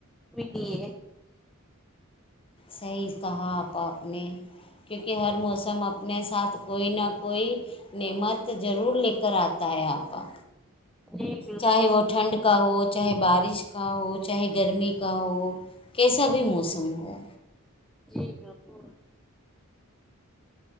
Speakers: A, in the centre; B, on the left (about 25°).
A: ملی ہے
B: صحیح کہا آپ آپ نے کیونکہ ہر موسم اپنے ساتھ کوئی نہ کوئی نعمت ضرور لے کر آتا ہے آپا
A: جی بالکل
B: چاہے وہ
A: بالکل
B: ٹھنڈ کا ہو چاہے بارش کا ہو چاہے گرمی کا ہو کیسا بھی موسم ہو
A: جی بالکل